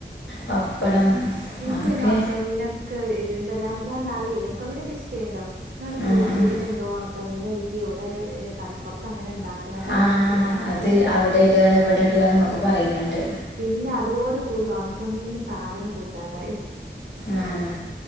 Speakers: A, on the left; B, on the right.
A: പപ്പടം
B: ഇൻക്ക്
A: അതൊക്കെ
B: പിന്നെ ഒണക്കമീനൊക്കെ എന്താ റയാ ഞാൻ ന്നാളെയ് ഒണക്കമീനൊക്കെ ഇഷ്ടയ്ന്ട്ടോ ന്നാള്
A: ആ
B: യൂട്യൂബിൽ
A: ആ
B: എന്തോ ഒണക്കമീന കെത്തി ഇവിടെ കടപ്പുറത്ത് അങ്ങനെ ഉണ്ടാ ക്ക്ണതാന്നൊക്കെ
A: ആഹ്
B: കണ്ടപ്പോ
A: അത്
B: പിന്നെ
A: അവിടെ ഇടാണ് ഇവിടെ ഇടാണ്
B: ഉം
A: എന്നൊക്കെ പറയണണ്ട്
B: പിന്നെ അതോട് കൂടി ഉണക്കമീൻ സാധനം കൂട്ടാതായി
A: ആഹ്